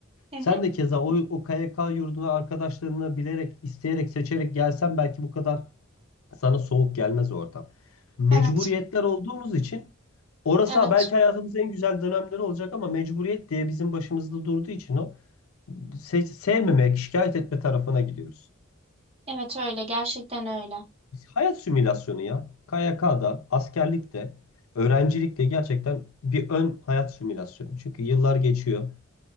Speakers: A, on the right; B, on the left.
A: Hı hı.
B: Sen de keza o, o KYK yurduna arkadaşlarını bilerek, isteyerek, seçerek gelsen belki bu kadar sana soğuk gelmez o ortam. Mecburiyetler
A: Evet.
B: olduğumuz için orası
A: Evet.
B: belki hayatımızın en güzel dönemleri olacak ama mecburiyet diye bizim başımızda durduğu için o se- sevmemek, şikayet etme tarafına gidiyoruz.
A: Evet öyle. Gerçekten öyle.
B: Hayat simülasyonu ya. KYK'da, askerlikte, öğrencilikte gerçekten bir ön hayat simülasyonu. Çünkü yıllar geçiyor.